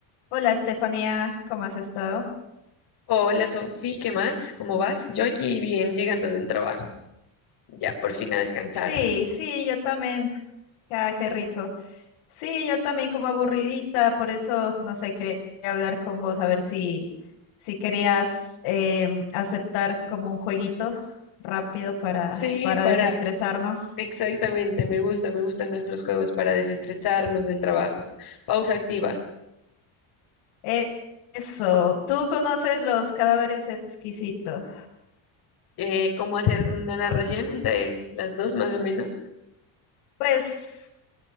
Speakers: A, on the left; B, on the left.
A: Hola Estefanía, ¿cómo has estado?
B: Hola Sofi, ¿qué más? ¿Cómo vas? Yo aquí bien llegando del trabajo, ya por fin a descansar.
A: Sí, sí, yo también. Ah, qué rico. Sí, yo también como aburridita, por eso, no sé, quería hablar con vos a ver si, si querías em, aceptar como un jueguito rápido para,
B: Sí,
A: para
B: para,
A: desestresarnos.
B: exactamente, me gusta, me gustan nuestros juegos para desestresarnos del trabajo. Pausa activa.
A: Eh, eso, ¿tú conoces los cadáveres exquisitos?
B: Eh, ¿cómo hacer una narración entre las dos más o menos?
A: Pues